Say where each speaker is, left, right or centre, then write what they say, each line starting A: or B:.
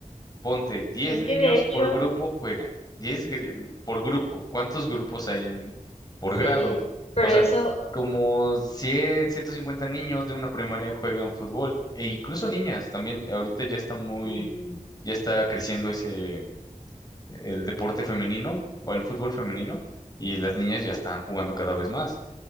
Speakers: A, on the left; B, on the left.
A: ponte 10
B: Es
A: niños
B: que de hecho,
A: por grupo juegan, diez gri- por grupo, ¿cuántos grupos hay en por
B: sí,
A: grado?
B: pero
A: O sea,
B: eso...
A: como cien, ciento cincuenta niños de una primaria juegan fútbol, e incluso niñas también, ahorita ya está muy,
B: mm,
A: ya está creciendo ese el deporte femenino o el fútbol femenino y las niñas ya están jugando cada vez más.